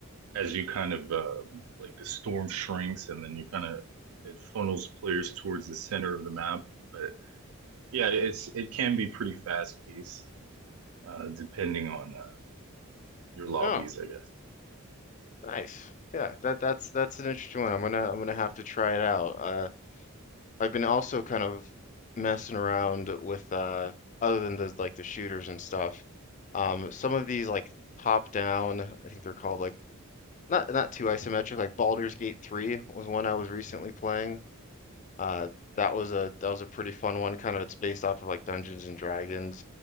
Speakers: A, on the right; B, on the left.
A: as you kind of uh, like the storm shrinks and then you kind of it funnels players towards the center of the map. But yeah, it's it can be pretty fast paced uh, depending on uh, your lobbies,
B: Oh,
A: I guess.
B: nice. Yeah, that that's that's an interesting one. I'm gonna I'm gonna have to try it out. Uh, I've been also kind of messing around with uh, other than the like the shooters and stuff. Um, some of these like top down, I think they're called like Not not too isometric, like Baldur's Gate 3 was one I was recently playing. Uh, that was a that was a pretty fun one. Kind of it's based off of like Dungeons and Dragons,